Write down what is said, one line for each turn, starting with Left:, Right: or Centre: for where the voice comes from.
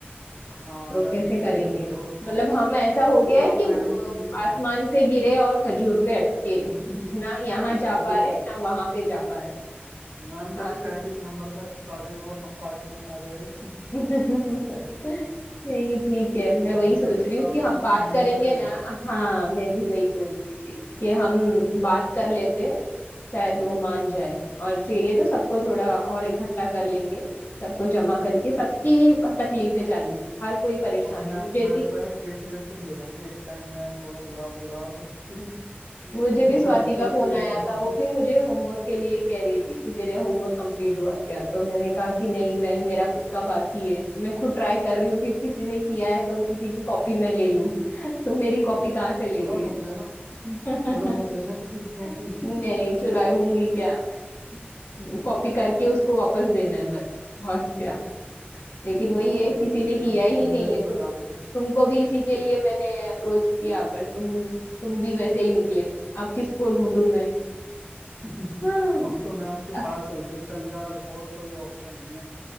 Right: हाँ
Left: तो
Right: यार
Left: कैसे
Right: ये
Left: करेंगे
Right: तो सही कह रहे हो तो
Left: मतलब हम ऐसा हो गया
Right: चलो
Left: है कि
Right: मैडम
Left: वो
Right: से मिल लेते
Left: आसमान
Right: हैं
Left: से गिरे और खजूर पे अटके
Right: <laughs>
Left: ना यहाँ जा
Right: कभी
Left: पा रहे ना वहां पे जा पा रहे
Right: मैम कभी
Left: कहाँ से
Right: तैंतीस नंबर पे अटका दें और कंपार्टमेंट आ जाए <laughs>
Left: करें <laughs> नहीं ठीक है मैं
Right: तो
Left: वही सोच
Right: मेरे हिसाब
Left: रही हूँ कि हम
Right: से यार
Left: बात
Right: फिर मिलना
Left: करेंगे
Right: सही
Left: ना
Right: रहेगा
Left: हाँ मैं भी वही बोल रही थी कि हम बात कर लेते शायद वो मान जाए और फिर ये तो सबको थोड़ा और इकट्ठा कर लेंगे सबको जमा करके सबकी तकलीफें चालू हैं हर कोई परेशान
Right: और मैम
Left: है मुझे
Right: मैम
Left: भी
Right: को यार गिफ्ट विफ्ट भी ले जाएंगे एक पेन वैन थोड़ा गुलाब गुलाब <laughs>
Left: मुझे भी
Right: मैम
Left: स्वाति
Right: थोड़ा
Left: का फोन
Right: पिघल
Left: आया
Right: जाएंगी
Left: था वो भी मुझे होमवर्क के लिए कह रही थी कि तेरे होमवर्क कंप्लीट हुआ क्या तो मैंने कहा कि नहीं बहन मेरा खुद का बाकी है मैं खुद ट्राई कर रही हूँ कि किसी ने किया है तो किसी की कॉपी मैं ले लूँ <laughs> तो मेरी कॉपी कहाँ से ले
Right: चुरा
Left: रही है
Right: मत लेना
Left: <laughs>
Right: चुरा मत लेना किसी की कॉपी
Left: नहीं चुराऊंगी क्या मैं कॉपी करके उसको वापस देना है बस और क्या लेकिन वही
Right: <laughs> हाँ
Left: है किसी
Right: यार कर
Left: ने
Right: लेना
Left: किया
Right: मुझे
Left: ही नहीं
Right: भी
Left: है तुम
Right: बता देना
Left: तुमको भी इसी के लिए मैंने अप्रोच किया पर तुम तुम भी वैसे ही निकले अब किसको ढूंढूं मैं
Right: <laughs>
Left: हाँ,
Right: अब तो मैम के
Left: <laughs>
Right: पास चलते हैं कल यार और कोई ऑप्शन नहीं है